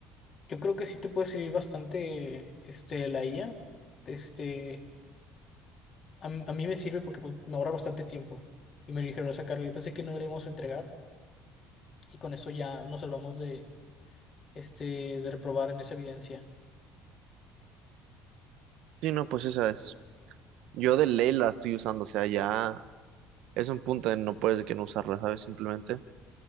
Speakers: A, on the left (about 45°); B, on the right (about 70°).
A: Yo creo que sí te puede servir bastante este, la IA. Este, a, m- a mí me sirve porque pues, me ahorra bastante tiempo y me dijeron esa carga. Yo pensé que no le íbamos a entregar y con eso ya nos salvamos de, este, de reprobar en esa evidencia.
B: Sí, no, pues esa es. Yo de ley la estoy usando, o sea, ya es un punto en no puedes de que no usarla, ¿sabes? Simplemente.